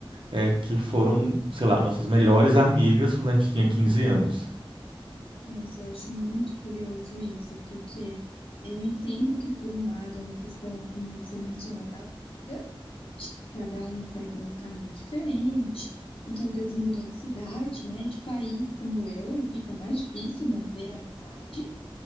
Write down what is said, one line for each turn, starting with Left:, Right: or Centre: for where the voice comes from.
Right: é, que foram, sei lá, nossas melhores amigas quando a gente tinha 15 anos.
Left: Nossa, eu acho muito curioso isso, porque eu entendo que, por um lado, é uma questão, como você mencionou, da vida. Acho que Cada um segue um caminho diferente, muitas vezes mudam de cidade, né, de país, como eu, e fica mais difícil manter a amizade.